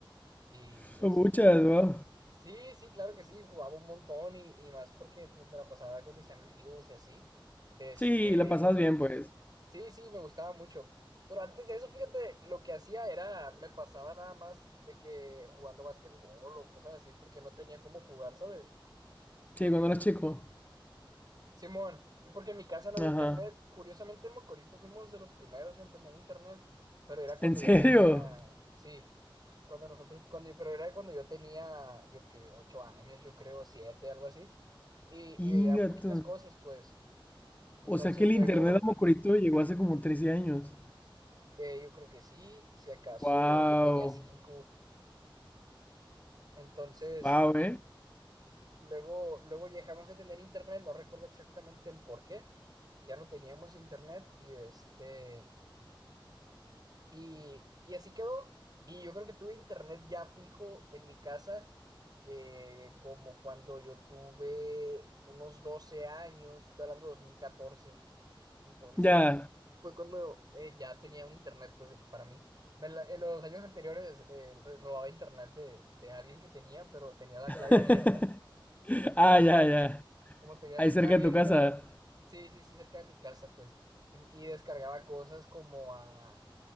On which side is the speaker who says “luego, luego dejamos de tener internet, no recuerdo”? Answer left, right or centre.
Right